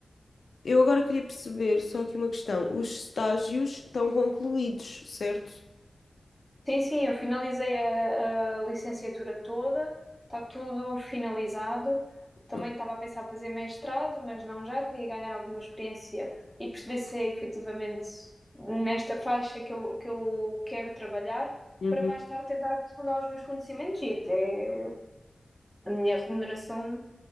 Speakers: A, on the left; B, in the centre.
A: Eu agora queria perceber só aqui uma questão. Os estágios estão concluídos, certo?
B: sim, sim, eu finalizei a, a licenciatura toda, está tudo finalizado. Também
A: Ok.
B: estava a pensar fazer mestrado, mas não já, queria ganhar alguma experiência e perceber se é efetivamente nesta faixa que eu, que eu quero trabalhar,
A: Uhum.
B: para mais tarde tentar aprofundar os meus conhecimentos e até a minha remuneração